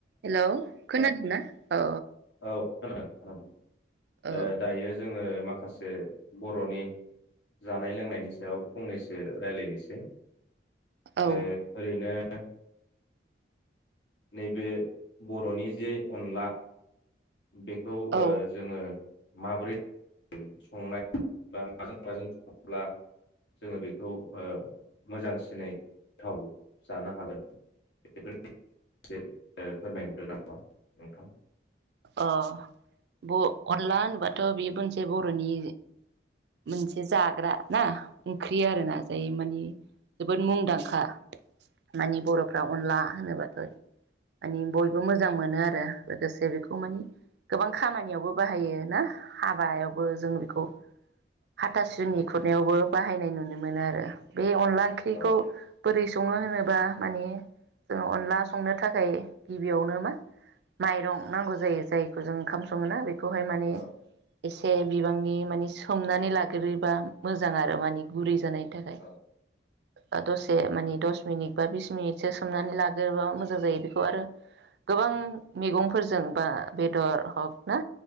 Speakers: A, on the right; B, on the left.
A: Hello खोनादोंना औ।
B: औ खोनादों खोनादों।
A: औ
B: ओ दायो जोङो माखासे। बर'नि जानाय लोंनायनि सायाव फंनैसो रायज्लायनोसै।
A: औ
B: ए ओरैनो। <unintelligible> नैबे बर'नि जे अनला। बेखौ
A: औ
B: ओ जोङो। माबोरै संनाय बा माजों माजों सङोब्ला जोङो बेखौ मोजांसिनै गोथाव जानो हागोन बेफोर। एसे फोरमायहरदो नामा नोंथां।
A: अ ब अनला होनोबाथ' बे मोनसे बर'नि मोनसे जाग्रा ना ओंख्रि आरो ना जाय मानि। जोबोद मुंदांखा। माने बर'फ्रा
B: औ
A: अनला होनोबाय। माने बयबो मोजां मोनो आरो लोगोसे बेखौ। बेखौ माने गोबां खामानियावबो बाहायो ना हाबायावबो जों बेखौ हाथासुनि खुरनायावबो बाहायनाय नुनो मोनो आरो। बे अनला ओंख्रिखौ।
B: औ
A: बोरै सङो होनोबा माने जोङो अनला संनो थाखाय गिबियावनो मा माइरं। नांगौ जायो जायखौ जों ओंखाम सङोना बे खौहाय माने
B: औ
A: एसे बिब बिबांनि माने सोमनानै लाग्रोयोबा मोजां आरो माने गुरै जानाय थाखाय‌
B: औ
A: ओ ओ दसे मानि दस मिनिट बा बिस मिनिटसो सोमनानै लाग्रोबा मोजां जायो बेखौ आरो गोबां मैगंफोर जेनबा बेदर हक ना